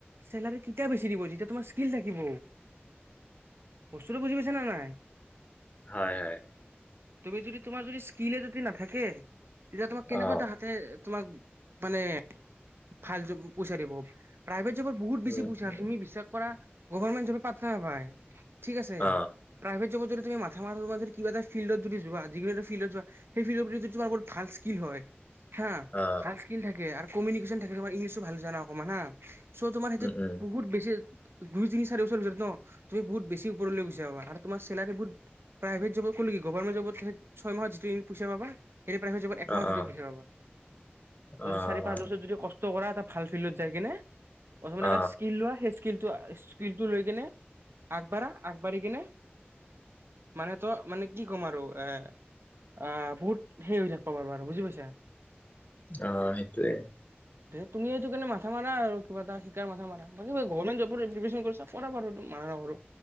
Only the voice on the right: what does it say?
চেলাৰী কেতিয়া বেছি দিব যেতিয়া তোমাৰ স্কিল থাকিব বস্তুতো বুজি পাই ন নাই
তুমি যদি তোমাৰ যদি স্কিল যদি নাথাকে থাকে তেতিয়া তোমাক
কেনেকুৱা তাহাতে তোমাক মানে ভাল পইচা দিব প্ৰাইভেট আজি যুগত বহুত বেছি
পইছা
তুমি বিশ্বাস কৰা গভাৰমেণ্ট জপে পাট্টা নাপায় ঠিক আছে
প্ৰাইভেট টোবো উদি মা ধেমালোৱা যদি কিব এটা ফিল্ডত যদি যোৱা দিঘলীয়াতী ফিল্ডত যোৱা সেই ফিল্ডৰ যদি তোমাৰ ভাল স্কিল হয় হা
ভাল স্কিল থাকে কমিউনেকিশ্চন‌ থাকিলে তোমাৰ ইংলিছো ভাল জানা অকণমান হা চ' তোমাৰ সেইটোত
বহুত বেছি দুই, তিনি, চাৰি বছৰৰ ভিতৰত ন, তুমি বহুত বেছি ওপৰলৈ গুচি যাবা আৰু তোমাৰ চেলাৰী বহুত প্ৰাইভেট জবত কলো কি গভাৰ্ণমেণ্ট জবত ঠাইত ছয় মাহত যিটো ইন পইচা পাবা সেইটো প্ৰাইভেট জবত একমাহ
অধিককৈ
পইচা পাবা।
যদি চাৰি, পাঁচ বছৰ যদি কষ্ট কৰা এটা ভাল ফিল্ডত যায় কেনে প্ৰথমতে
এটা স্কিল লোৱাে, সেই স্কিলটো, স্কিলটো লৈ কেনে আগবাঢ়া, আগবাঢ়ি কেনে মানে ত, মানে কি ক'ম আৰু এ আহ বহুত হেৰি হৈ থাকবা পাৰবা আৰু বুজি পাইছা?
হে তুমি সেইটো কাৰণে মাথা মাৰা আৰু কিবা এটা শিকাৰ মাথা মাৰ। বাকী গৰ্ভমেণ্ট জবৰ এক্সিবিচন কৰচা কৰা বাৰু মানা নকৰো।